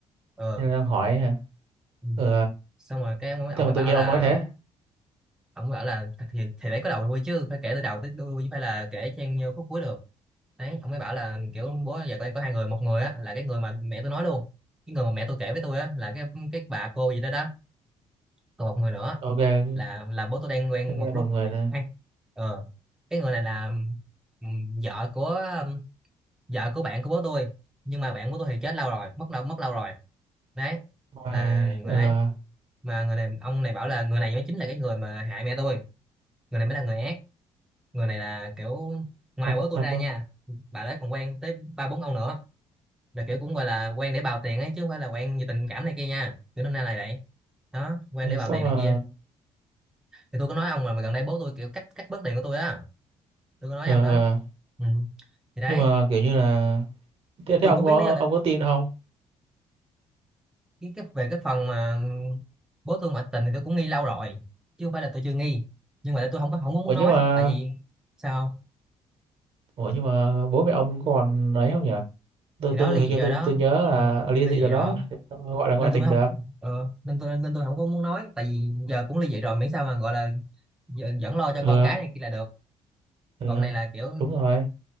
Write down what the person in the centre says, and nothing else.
ờ
Ừ.
xong rồi cái ông, ông
mới bảo
là
ông mới bảo là thì, thì phải có đầu đuôi chứ phải kể từ đầu tới đuôi chứ phải là kể chen vô khúc cuối được đấy ông mới bảo là kiểu bố giờ con có hai người một người á là cái người mà mẹ tôi nói luôn cái người mà mẹ tôi kể với tôi á là cái cái bà cô gì đó đó còn một người nữa
là là bố tôi đang quen
một
lúc
hay ờ cái người này là ừm, vợ của ừm, vợ của bạn của bố tôi nhưng mà bạn của tôi thì chết lâu rồi mất lâu mất lâu rồi đấy
là người
đấy mà người này ông này bảo là người này mới chính là cái người mà hại mẹ tôi người này mới là người ác người này là kiểu ngoài
bố tôi
ra
nha bà đấy còn quen tới ba bốn ông nữa là kiểu cũng gọi là quen để bào tiền ấy chứ không phải là quen vì tình cảm này kia nha kiểu năm nay là vậy đó quen
để bào
tiền
này kia thì tôi có nói ông mà, mà gần đây bố tôi kiểu cắt cắt bớt tiền của tôi á tôi có nói
với ông đó
ừ. thì đấy
tôi
cũng không
biết lý do tại
cái, cái về cái phần mà bố tôi ngoại tình thì tôi cũng nghi lâu rồi chứ không phải là tôi chưa nghi nhưng mà tôi không có không muốn
nói
tại vì sao
thì đó
ly
dị
rồi
đó
ừ.
ly
dị
rồi
ông
nên
tôi mới không
ờ, nên tôi nên tôi không có muốn nói tại vì giờ cũng ly dị rồi miễn sao mà gọi là giờ, vẫn lo cho
con cái này kia là được
còn này là kiểu